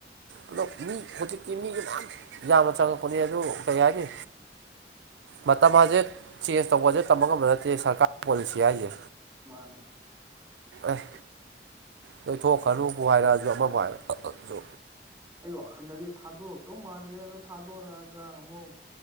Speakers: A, on the right (about 85°); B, on the right (about 20°).
A: ꯑꯗꯣ ꯃꯤ ꯍꯧꯖꯤꯛꯇꯤ ꯃꯤꯒꯤ ꯃꯌꯥꯝ ꯃꯌꯥꯝꯅ ꯆꯪꯉꯛꯄꯅꯦ ꯑꯗꯨ ꯀꯩ ꯍꯥꯏꯅꯤ ꯃꯇꯝ ꯍꯥꯏꯖ‌ꯦ ꯆꯦꯖ ꯇꯧꯕꯖ‌ꯦ ꯇꯝꯕ ꯉꯝꯕ ꯅꯠꯇꯦ ꯁꯔꯀꯥꯔ ꯄꯣꯂꯤꯁꯤ ꯍꯥꯏꯁꯦ
B: ꯃꯥꯅꯦ
A: ꯑꯦ ꯅꫭꯏꯊꯣꯛ ꯀꯔꯅꯨꯕꯨ ꯍꯥꯏꯔꯛꯑꯖꯨ ꯑꯃꯕꯨ ꯍꯥꯏꯔꯖꯨ
B: ꯑꯩ ꯋꯥꯈꯜꯗꯗꯤ ꯊꯥꯗꯣꯔꯛꯇꯧ ꯃꯥꯟꯗꯦ ꯑꯗꯣ ꯊꯥꯗꯣꯔꯛꯑꯒ ꯑꯃꯨꯛ